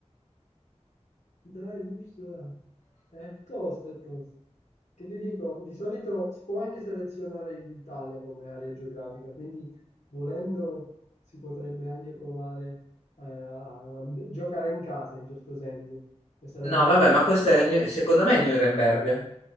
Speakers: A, on the left; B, on the left.
A: dai gusto a- è tosta, è tosta. Che ti dico, di solito si può anche selezionare l'Italia come area geografica, quindi volendo si potrebbe anche provare eh, a a giocare in casa in certo senso, e sarebbe
B: No,
A: un
B: vabbè,
A: po' più.
B: ma questo è, Nü- secondo me è Nuremberg.